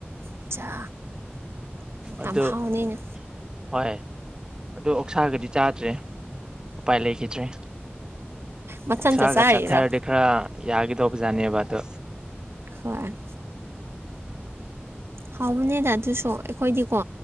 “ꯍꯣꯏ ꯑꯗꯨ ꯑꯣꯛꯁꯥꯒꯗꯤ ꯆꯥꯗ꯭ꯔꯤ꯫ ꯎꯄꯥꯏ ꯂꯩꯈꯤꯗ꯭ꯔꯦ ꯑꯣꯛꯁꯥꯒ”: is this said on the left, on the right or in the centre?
Right